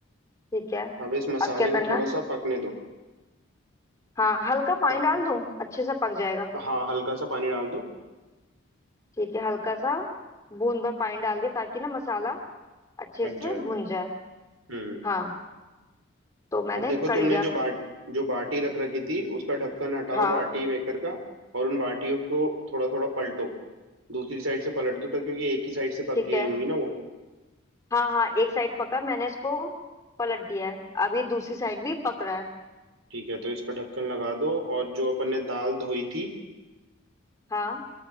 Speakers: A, on the left (about 15°); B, on the right (about 80°).
A: ठीक है
B: अब इस मसाले
A: अब क्या करना
B: को थोड़ा
A: है
B: सा पकने दो
A: हाँ हल्का पानी
B: तब
A: डाल दूँ अच्छे से पक जाएगा
B: हाँ हल्का सा पानी डाल दो
A: ठीक है हल्का सा बूंद भर पानी डाल दिया ताकि ना मसाला अच्छे
B: पक
A: से
B: जाए
A: भुन जाए
B: हम्म
A: हाँ तो मैंने
B: अब देखो
A: कर
B: तुमने
A: लिया
B: जो बाट जो बाटी रख रखी थी उसका ढक्कन हटाओ
A: हाँ
B: बाटी मेकर का और उन बाटियों को थोड़ा थोड़ा पलटो दूसरी साइड से पलट दो तो क्योंकि एक ही साइड से पक
A: ठीक
B: गई
A: है
B: होंगी ना वो
A: हाँ हाँ एक साइड पका मैंने इसको पलट दिया है अब ये दूसरी साइड भी पक रहा है
B: ठीक है तो इसका ढक्कन लगा दो और जो अपन ने दाल धोई थी
A: हाँ